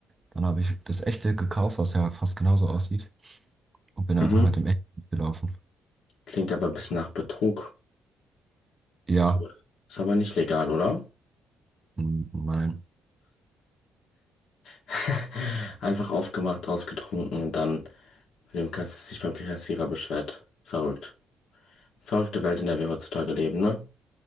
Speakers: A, on the right (about 25°); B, on the left (about 70°).
A: Dann habe ich das echte gekauft, was ja fast genauso aussieht, und bin einfach
B: Mhm.
A: mit dem echten gelaufen.
B: Klingt aber ein bisschen nach Betrug.
A: Ja,
B: Ist aber ist aber nicht legal, oder?
A: m- nein.
B: <laughs> Einfach aufgemacht, rausgetrunken und dann mit dem Kass sich beim Kassierer beschwert. Verrückt. Verrückte Welt, in der wir heutzutage leben, ne?